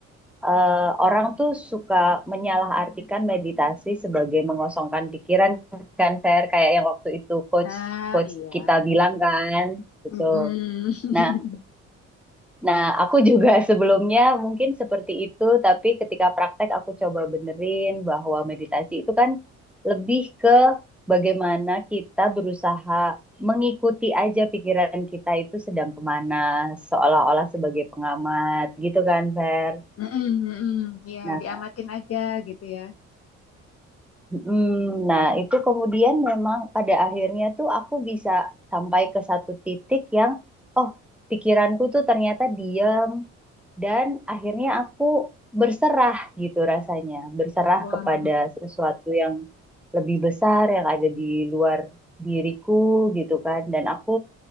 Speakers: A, in the centre; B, on the left.
A: eh, orang tuh suka menyalahartikan meditasi sebagai mengosongkan pikiran kan Fer kayak yang waktu itu coach
B: Ah,
A: coach
B: iya.
A: kita bilang kan gitu.
B: Mm-mm.
A: Nah,
B: <laughs>
A: nah aku juga <laughs> sebelumnya mungkin seperti itu tapi ketika praktek aku coba benerin bahwa meditasi itu kan lebih ke bagaimana kita berusaha mengikuti aja pikiran kita itu sedang kemana, seolah-olah sebagai pengamat gitu kan Fer.
B: Mm-mm, mm-mm. Ya,
A: Nah,
B: diamatin aja gitu ya.
A: Mm, Nah, itu kemudian memang pada akhirnya tuh aku bisa sampai ke satu titik yang, oh, pikiranku tuh ternyata diam dan akhirnya aku berserah gitu rasanya, berserah
B: Wah.
A: kepada sesuatu yang lebih besar yang ada di luar diriku gitu kan, dan aku